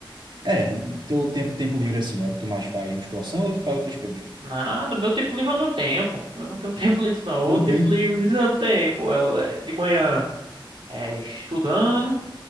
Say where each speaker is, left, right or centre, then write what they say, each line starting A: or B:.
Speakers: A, on the right; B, on the right.
A: É, teu tempo, tempo livre assim, é o que tu mais faz, musculação ou tu faz outras coisas?
B: Nada, meu tempo livre eu não tenho, pô. Eu não tenho <laughs> tempo livre, não.
A: Não
B: O tempo
A: tem?
B: livre <laughs> não tem, pô. É, é de manhã é estudando.